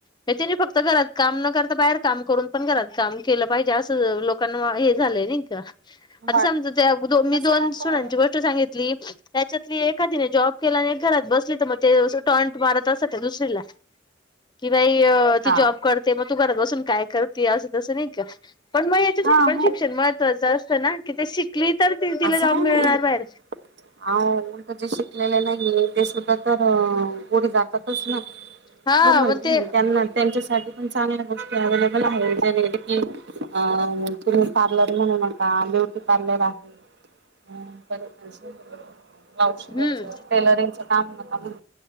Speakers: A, on the left (about 25°); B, on the right (about 65°).
A: त्यांच्यानी फक्त घरात काम न करता. बाहेर काम करून पण, घरात काम केलं पाहिजे असं लोक लोकांना हे झालंय नाही का? आता
B: वाट
A: समजा त्या मी
B: तसं
A: दोन
B: नको
A: सुणांची
B: आहे
A: गोष्ट सांगितली. त्याच्यातली एकादीने जॉब केला. आणि एक घरात बसली त मग ते टॉंट मारत असत. दुसरी ला. कि बाई ती
B: हा
A: जॉब कर ते मग तू घरात बसून काय करते. असं तसं नाही का? पण मग याच्यासाठी
B: हा
A: पण
B: हो
A: शि क्षण महत्वाच असत ना. कि ती शिकली तर तिला
B: असं
A: जॉब
B: काय
A: मिळणार
B: नाही
A: बाहेर.
B: अहो उलट जे शिकलेले नाहीये. ते सुद्धा तर पुढे जातातच ना.
A: हा
B: म म्हणते
A: मग ते
B: त्यांना त्यांच्यासाठी चांगल्या गोष्टी अव्हेलेबल आहे. म्हणजे की अ तुम्ही पार्लर म्हणू नका. ब्युटी पार्लर आहे. <unintelligible> परत <unintelligible> ब्लाउज
A: हम्म
B: शिवायच टेलरिंगच काम नका घेऊ.